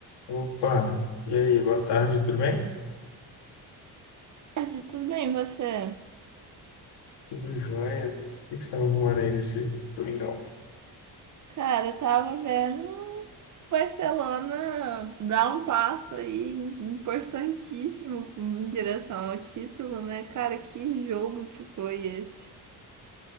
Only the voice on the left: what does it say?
Opa, e aí, boa tarde, tudo bem?
Tudo jóia? O que que você estava arrumando aí nesse domingão?